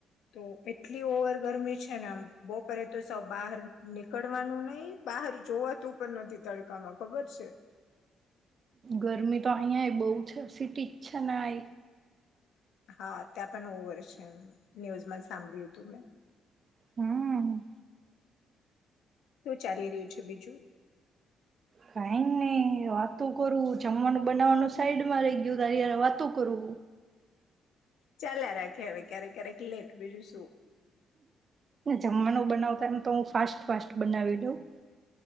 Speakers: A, on the left (about 80°); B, on the right (about 40°).
A: તો એટલી ઓવર ગરમી છે ને આમ બપોરે તો સૌ બહાર નીકળવાનું નહિ બહાર જોવાતું પણ નથી તડકામાં ખબર છે.
B: ગરમી તો અહિયાં બહુ છે સિટી જ છે ને આ
A: હા ત્યાં પણ ઓવર છે ન્યૂઝમાં સાંભળ્યું હતું મેં.
B: હમ
A: શું ચાલી રહ્યું છે બીજું.
B: કાઈ નઈ વાતું કરું જમવાનું બનાવાનું સાઈડ માં રહી ગયું તાર વાતું કરુ.
A: ચાલ રાખે હવે ક્યારેક ક્યારેક લેટ બીજું શું.
B: જમવાનું બનાવતા એમ તો હું ફાસ્ટ ફાસ્ટ બનાવી દઉં.